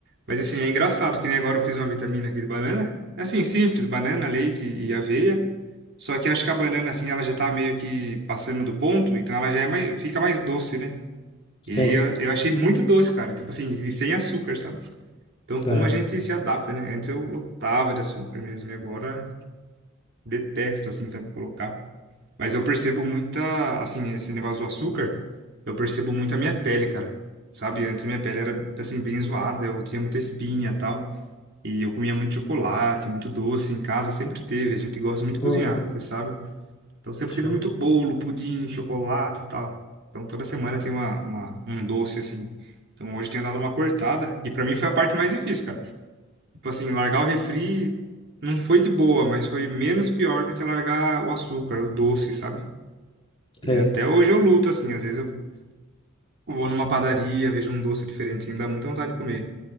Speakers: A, on the right; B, on the left.
A: Mas assim, é engraçado que nem agora eu fiz uma vitamina aqui de banana. É, Assim, simples, banana, leite e aveia. Só que acho que a banana, assim, ela já tá meio que passando do ponto, então ela já é mais, fica mais doce, né?
B: Sim.
A: E aí eu, eu achei muito doce, cara. Tipo assim, e sem açúcar, sabe? Então como
B: aham.
A: a gente se adapta, né? Antes eu lotava de açúcar mesmo, e agora detesto, assim, sabe, colocar. Mas eu percebo muita, assim, esse negócio do açúcar, eu percebo muito a minha pele, cara. Sabe? Antes minha pele era, assim, bem zoada, eu tinha muita espinha e tal. E eu comia muito chocolate, muito doce em casa, sempre teve. A gente gosta muito de
B: Uhum,
A: cozinhar, você sabe? Então sempre
B: Sim.
A: teve muito bolo, pudim, chocolate e tal. Então toda semana tem uma, uma- um doce assim. Então hoje eu tenho dado uma cortada. E pra mim foi a parte mais difícil, cara. Tipo assim, largar o refri não foi de boa, mas foi menos pior do que largar o açúcar, o doce, sabe? E
B: Sei.
A: até hoje eu luto, assim. Às vezes eu vou numa padaria, vejo um doce diferente, assim, dá muita vontade de comer.